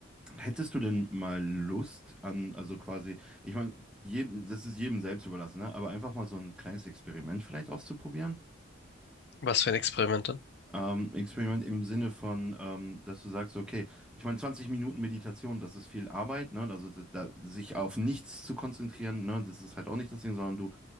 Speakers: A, in the centre; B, on the left.
A: hättest du denn mal Lust an, also quasi, ich meine, jedem, das ist jedem selbst überlassen, ne? Aber einfach mal so ein kleines Experiment vielleicht auszuprobieren?
B: Was für ein Experiment dann?
A: Ähm, Experiment im Sinne von, ähm, dass du sagst, okay, ich meine, 20 Minuten Meditation, das ist viel Arbeit, ne? Also da, da, sich auf nichts zu konzentrieren, ne? Das ist halt auch nicht das Ding, sondern du